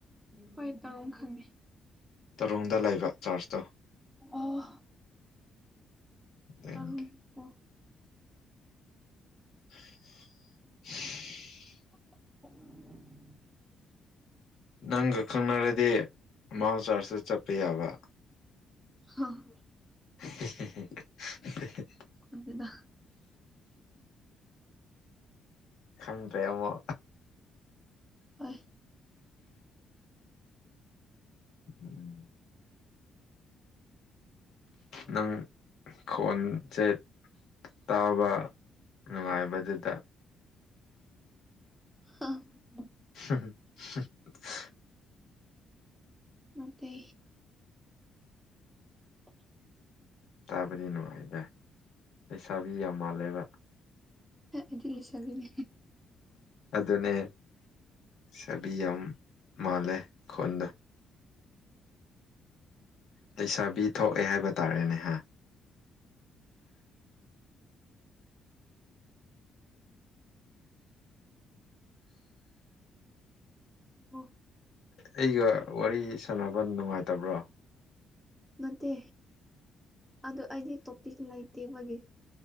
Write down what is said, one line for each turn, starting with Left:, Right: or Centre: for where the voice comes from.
Centre: ꯍꯣꯏ ꯇꯧꯔꯨꯝ ꯈꯪꯉꯦ
Left: ꯇꯔꯨꯡꯗ ꯂꯩꯕ ꯆꯥꯔꯖꯇꯣ
Centre: ꯑꯣ
Left: ꯑꯗꯨꯏꯅꯤꯗ
Centre: ꯇꯔꯨꯟ ꯑꯣ
Left: <inaudible>
Centre: <unintelligible>
Left: ꯅꯪꯒ ꯈꯪꯅꯔꯗꯤ ꯃꯥꯎ ꯆꯥꯔꯖꯇ ꯆꯠꯄ ꯌꯥꯕ
Centre: ꯍ <inaudible>
Left: <unintelligible>
Centre: ꯑꯗꯨꯗ
Left: ꯀꯟ꯭ꯔꯦꯃꯣ
Centre: ꯑꯣꯏ
Left: ꯎꯝ ꯅꯪ ꯈꯣꯟꯖꯦꯠ ꯇꯥꯕ ꯅꯨꯡꯉꯥꯏꯕꯗꯨꯗ
Centre: ꯍ <unintelligible>
Left: ꯍ <unintelligible>
Centre: ꯃꯇꯦ <inaudible>
Left: ꯇꯥꯕꯗꯤ ꯅꯨꯡꯉꯥꯏꯗ ꯂꯩꯩꯁꯥꯕꯤ ꯌꯥꯝ ꯃꯥꯜꯂꯦꯕ
Centre: ꯏꯗꯤ ꯂꯤꯁꯕꯤꯅꯦ
Left: ꯑꯗꯨꯅꯦ ꯆꯕꯤ ꯌꯥꯝ ꯃꯥꯜꯂꯦ ꯈꯣꯟꯗꯣ ꯂꯩꯁꯥꯕꯤ ꯊꯣꯛꯑꯦ ꯍꯥꯏꯕ ꯇꯥꯔꯦꯅꯦ ꯍꯥꯏ
Centre: ꯑꯣ
Left: ꯑꯩꯒ ꯋꯥꯔꯤ ꯁꯥꯟꯅꯕ ꯅꯨꯡꯉꯥꯏꯇꯕ꯭ꯔꯣ
Centre: ꯅꯠꯇꯦ ꯑꯗꯨ ꯑꯩꯗꯤ ꯇꯣꯄꯤꯛ ꯂꯩꯇꯦꯕꯒꯤ